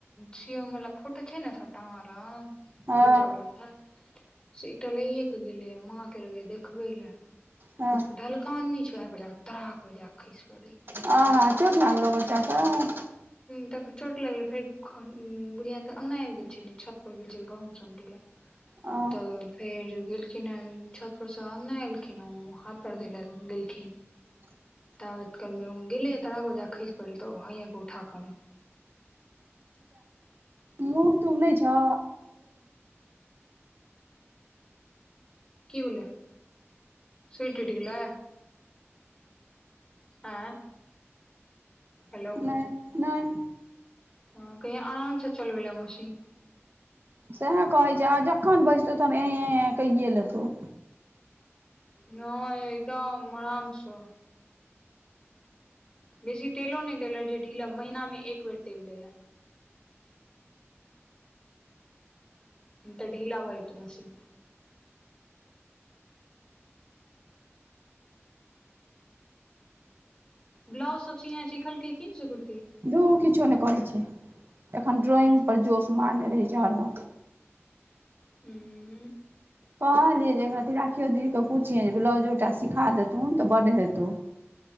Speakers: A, on the left; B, on the right.
A: सी एम मला फोटो छै ने सबटा हमा
B: हँ
A: बच्चा वाला से एकटा लैए कऽ गेलै माँ के लऽ देखबै ल
B: हँ
A: ढलकान नै छौ ऐसा पर तराक बजडा आ खइश परल
B: आ हाँ चोट लागलो बच्चा क
A: त चोट लगलै फेर बुढ़िया तऽ अङ्गना आबि गेल छलै छत परर गेल छलै गहुम चमटै ल
B: आ
A: तऽ फेर गे छिने छत पर सँ आंगन एलखिन हे ओ हाथ पैर धोय लए गेलखि
B: हं
A: तब कर गेलै तड़ाक ओजा खसि पड़ल तऽ हँ क उठा क
B: मुभ तुभ नै छ
A: कीबल सीटट गे आ हेलो
B: नहि नहि
A: हाँ कहिआ आराम से चलबले मशी
B: सएह कहैत छै आ जखन बैसतौ तहन ए कहिए लेतह
A: नै एकदम आराम स बेसी तेलो नहि देय जे ढीला महिना में एक बेर तेल देल तऽ ढीला भऽ जैतो मशी ब्लाउज सब सिआइन सिखल कै की ने से कुर्त
B: धू किछो नहि करैत छै एखन ड्रॉइंग
A: हूँ,
B: पर जोश मारने रहैत छै हरद
A: हू
B: कहलियै जे एकरा ति राखियो दीदे पूछििये जे ब्लाउजो टा सिखा देतू ने तऽ बड्ड हेतू